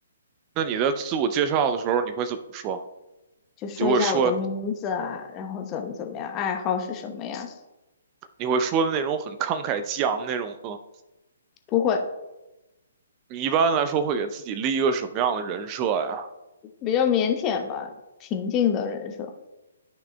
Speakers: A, on the right; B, on the left.
A: 那你在自我介绍的时候，你会怎么说？
B: 就说一下我的名字啊，
A: 你就会说，
B: 然后怎么怎么样，爱好是什么呀？
A: 你会说的那种很慷慨激昂那种吗
B: 不会，
A: 你一般来说会给自己立一个什么样的人设呀？
B: 比较腼腆吧，平静的人设。